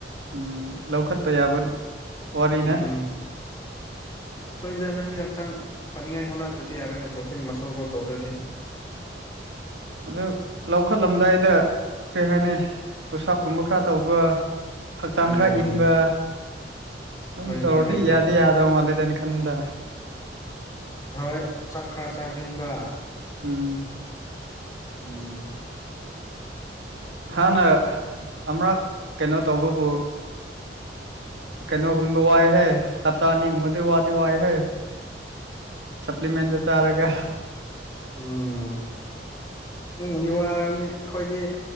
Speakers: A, on the right; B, on the left.
A: ꯎꯝ ꯂꯧꯈꯠꯄ ꯌꯥꯕ ꯋꯥꯔꯤꯅꯦ
B: ꯎꯝ ꯍꯣꯏꯗ ꯅꯪꯗꯤ ꯍꯛꯆꯥꯡ ꯐꯅꯤꯉꯥꯏ ꯍꯣꯠꯅꯗ꯭ꯔꯗꯤ ꯌꯥꯔꯣꯏꯅ ꯄ꯭ꯔꯣꯇꯤꯟ ꯃꯁꯜ ꯒ꯭ꯔꯣ ꯇꯧꯗ꯭ꯔꯗꯤ
A: ꯑꯗꯨ ꯂꯧꯈꯠꯂꯝꯗꯥꯏꯗ ꯀ꯭ꯔꯤ ꯍꯥꯏꯅꯤ ꯄꯨꯠꯁꯞꯀꯨꯝꯕ ꯈꯔ ꯇꯧꯕ ꯍꯛꯆꯥꯡ
B: ꯎꯝ
A: ꯈꯔ ꯏꯟꯕ ꯑꯗꯨꯝ
B: ꯍꯣꯏꯗ
A: ꯇꯧꯔꯗꯤ
B: ꯍꯣꯏꯗ
A: ꯌꯥꯗꯤ ꯌꯥꯗꯕ ꯃꯥꯂꯦꯗ ꯑꯩꯟ ꯈꯟꯕꯗ
B: ꯍꯣꯏ ꯆꯥꯛ ꯈꯔ ꯆꯥꯖꯤꯟꯕ
A: ꯎꯝ
B: ꯎꯝ
A: ꯍꯥꯟꯅ ꯑꯃꯔꯛ ꯀꯩꯅꯣ ꯇꯧꯕꯕꯨ ꯀꯩꯅꯣꯒꯨꯝꯕ ꯋꯥꯏꯍꯦ ꯍꯞꯇꯥ ꯑꯅꯤꯒꯨꯝꯕꯗꯨ ꯋꯥꯗꯤ ꯋꯥꯏꯍꯦ ꯁꯄ꯭ꯂꯤꯃꯦꯟꯠ ꯗꯣ ꯆꯥꯔꯒ
B: ꯎꯝ ꯅꯪꯕꯨꯗꯤ ꯋꯥꯔꯝꯅꯤ ꯑꯈꯣꯏꯗꯤ